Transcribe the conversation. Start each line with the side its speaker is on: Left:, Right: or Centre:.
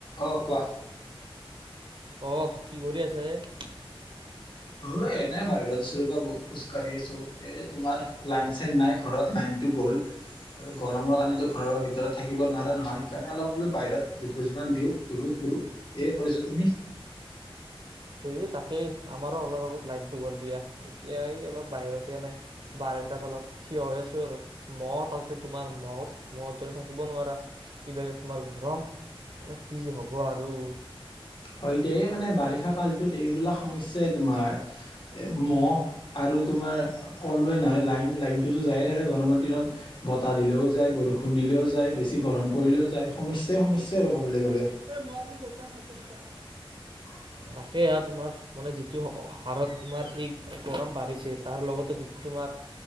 Left: অ' কোৱা।
Right: অহ', কি কৰি আছা এ?
Left: অ' এনে বাহিৰত আছিলোঁ। বাবু খোজ কাঢ়ি আছো, এ তোমাৰ লাইন চাইন নাই ঘৰত লাইন টো গ'ল। আৰু গৰমৰ কাৰণেতো ঘৰৰ ভিতৰত থাকিব নোৱাৰা নহয়, হেকাৰণে অলপ বোলো বাহিৰত দুখোজ মান দিও ঘূৰো। ৰো, সেয়ে কৰিছো তুমি?
Right: এই তাকেই আমাৰো অলপ আগত লাইনটো গ'ল দিয়া, এতিয়া এই অলপ বাহিৰতে নাই বাৰণ্ডাত অলপ থিয় হৈ আছো আৰু ম'হ তাতে তোমাৰ ম'হত, ম'হ দৰে থাকিব নোৱাৰা। ইবাৰে তোমাৰ গৰম মানে কি যে হ'ব আৰু।
Left: হয় দেই মানে বাৰিষা কালটোত এইবিলাক সমস্যাই তোমাৰ। এ ম'হ আৰু ৰু তোমাৰ কলোৱে নহয় লাইন, লাইনটোতো যায়ে থাকে গৰমৰ দিনত, বতাহ দিলেও যায়, বৰষুণ দিলেও যায়, বেছি গৰম পৰিলেও যায়, সমস্যাই সমস্যা আৰু ক'বলে গ'লে।
Right: এই ম'হ চোন <unintelligible>
Left: <inaudible>
Right: তাকে আৰু তোমাৰ মানে যিটো হ-হাৰত তোমাৰ এই গৰম বাঢ়িছে তাৰ লগতে যিটো তোমাৰ